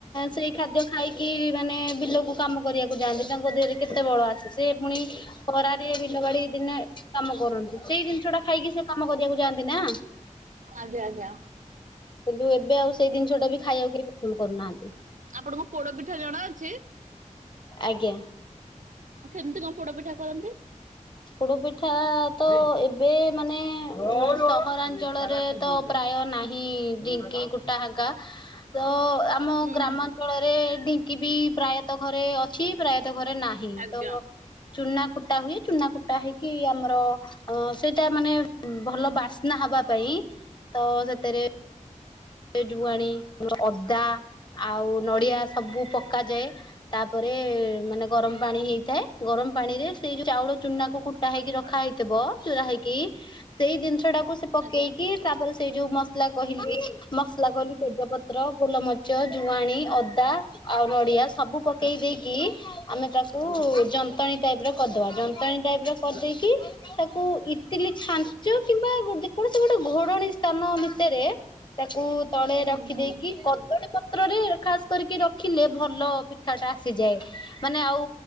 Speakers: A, on the left; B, on the right.
A: ସେଇ ଖାଦ୍ୟ ଖାଇକି ମାନେ ବିଲକୁ କାମ କରିବାକୁ ଯାଆନ୍ତି ତାଙ୍କ ଦେହରେ କେତେ ବଳ ଆସେ। ସେ ପୁଣି ହରାାରି ବିଲବାଡ଼ି ଦିନ- କାମ କରନ୍ତି। ସେଇ ଜିନିଷ ଟା ଖାଇକି ସେ କାମ କରିବାକୁ ଯାଆନ୍ତି ନା।
B: ଆଜ୍ଞା ଆଜ୍ଞା।
A: କିନ୍ତୁ ଏବେ ଆଉ ସେଇ ଜିନିଷ ଟା ବି ଖାଇବାକୁ କେହି ପସନ୍ଦ କରୁନାହାନ୍ତି।
B: ଆପଣଙ୍କୁ କୋଡ ପିଠା ଜଣା ଅଛି?
A: ଆଜ୍ଞା।
B: କେମିତି କଣ ପୋଡ ପିଠା କରନ୍ତି?
A: ପୋଡ଼ ପିଠା ତ ଏବେ ମାନେ ମୋ ସହରାଞ୍ଚଳରେ ତ! ପ୍ରାୟ ନାହିଁ ଢିଙ୍କି ଗୋଟା ହାଗା ତ ଆମ
B: ହୁଁ
A: ଗ୍ରାମାଞ୍ଚଳ
B: ହୁଁ
A: ରେ ଢିଙ୍କି ବି ପ୍ରାୟତଃ ଘରେ ଅଛି ପ୍ରାୟତଃ ଘରେ ନାହିଁ
B: ଆଜ୍ଞା
A: ତ। ଚୁନା କୁଟା ହୁଏ। ଚୁନା କୁଟା ହେଇକି ଆମର ଅ ସେଇଟା ମାନେ ଭଲ ବାସ୍ନା ହବା ପାଇଁ ତ ସେଥିରେ- ଜୁଆଣି ଅଦା ଆଉ ନଡିଆ ସବୁ ପକାଯାଏ। ତାପରେ ମାନେ ଗରମ ପାଣି ହେଇଥାଏ। ଗରମ ପାଣି ରେ ସେଇ ଯୋଉ ଚାଉଳ ଚୁନା କ କୁଟା ହେଇକି ରଖୀ - ରଖା ହେଇଥିବ ଚୁରା ହେଇକି ସେଇ ଜିନିଷ ଟାକୁ ସେ ପକେଇକି-
B: ଆଜ୍ଞା।
A: କି ତାପରେ ସେଇ ଯୋଉ ମସଲା କହିଲି- ମସଲା କଲି ତେଜପତ୍ର ଗୋଲମଚ ଜୁଆଣି ଅଦା ଆଉ ନଡିଆ ସବୁ ପକେଇ ଦେଇକି- ଆମେ ତାକୁ ଯନ୍ତଣୀ ଟାଇପ ର କରିଦବା ଯନ୍ତଣୀ ଟାଇପ ର କରିଦେଇକି- ତାକୁ ଇତିଲିି ଛାଞ୍ଚ କିମ୍ବା ଯେ କୌଣସି ଗୋଟେ ଘୋରଣୀ ସ୍ଥାନ ଭିତରେ- ତାକୁ ତଳେ
B: ହୁଁ
A: ରଖିଦେଇକି
B: ହୁଁ
A: କଦଳୀ ପତ୍ରରେ ଖାସ କରିକି ରଖିଲେ ଭଲ ପିଠା ଟା ଆସିଯାଏ। ମାନେ ଆଉ